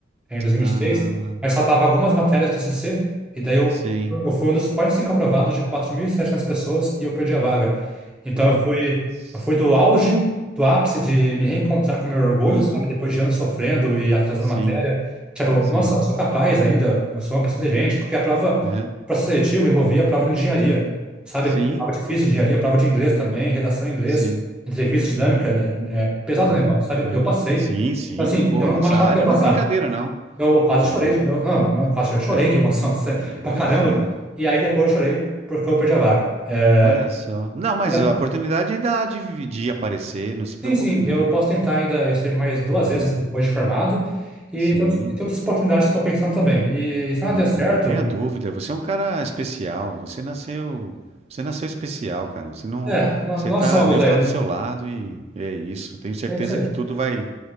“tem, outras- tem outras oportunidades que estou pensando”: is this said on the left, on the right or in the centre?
Centre